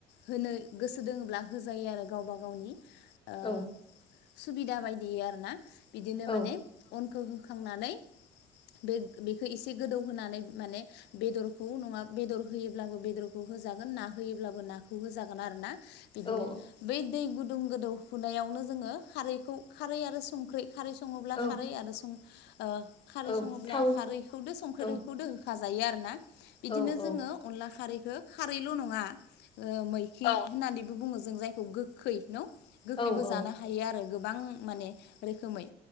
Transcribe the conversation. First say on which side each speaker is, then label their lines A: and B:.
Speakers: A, on the left; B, on the left.
A: होनो गोसो दोङोब्ला होजायो आरो गावबा गावनि ओ
B: औ
A: सुबिदा बायदियै आरो ना बिदिनो
B: औ
A: माने अनखौ होखांनानै बेग बेखो एसे गोदौ होनानै माने बेदरखौ नङा बेदर होयोब्लाबो बेदरखौ होजागोन ना होयोब्लाबो नाखौ होजागोन आरो ना बिदिनो
B: औ
A: बै दै गुदु गुदुं गोदौफुनायावनो जोङो खारैखौ खारै आरो संख्रै खारै सङोब्ला
B: औ
A: खारै आरो सं ओ खारै
B: औ
A: सङोब्ला
B: थाव
A: खारैखौदो संख्रैखौदो
B: औ
A: होखा जायो आरो ना
B: औ
A: बिदिनो
B: औ
A: जोङो अनला खारैखो खारैल' नङा ओ मैखि औ होननानैबो बुङो जों जायखौ गोखै न' गोखैबो
B: औ
A: जानो हायो आरो गोबां माने रोखोमै